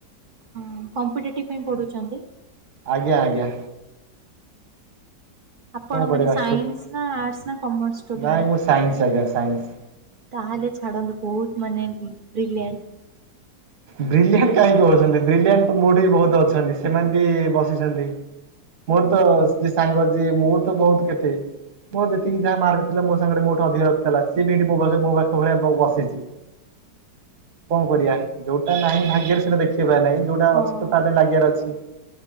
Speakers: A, on the right; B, on the right.
A: ହଁ କମ୍ପିଟେଟିଭ୍ ପାଇଁ ପଢୁଛନ୍ତି?
B: ଆଜ୍ଞା ଆଜ୍ଞା!
A: ଆପଣ
B: କଣ କରିବା
A: ମାନେ ସାଇନ୍ସ
B: ସେ
A: ନା ଆର୍ଟସ୍ ନା କମର୍ସ ଷ୍ଟୁଡେଣ୍ଟ୍?
B: ନାଇଁ ମୁଁ ସାଇନ୍ସ ଆଜ୍ଞା ସାଇନ୍ସ।
A: ତାହେଲେ ଛାଡ଼ନ୍ତୁ ବହୁତ୍ ମାନେ ବି ବ୍ରିଲିଏଣ୍ଟ।
B: ବ୍ରିଲିଏଣ୍ଟ କାହିଁକି କହୁଛନ୍ତି ବ୍ରିଲିଏଣ୍ଟ ମୋଠୁ ବହୁତ୍ ଅଛନ୍ତି ସେମାନେ ବି ବସିଛନ୍ତି। ମୋର ତ ଯିଏ ସାଙ୍ଗ ଯିଏ ମୋଠୁ ତ ବହୁ କେତେ। ମୋର ଯେତିକି ଯାହା ମାର୍କ ଥିଲା ମୋ ସାଙ୍ଗରେ ମୋଠୁ ଅଧିକ ରଖିଥିଲା। ସିଏ ବି ଏଇଠି ମୋ ପାଖ ମୋ ପଖରେ ବୋକାଙ୍କ ଭଳିଆ ବସିଛି। କଁ କରିବା ଯୋଉଟା ନାହିଁ ଭାଗ୍ୟରେ ସେଟା ଦେଖେଇବା ନାହିଁ ଯୋଉଟା
A: ହଁ
B: ଅଛି ତ ତା ପାଇଁ ଲାଗିବାର ଅଛି।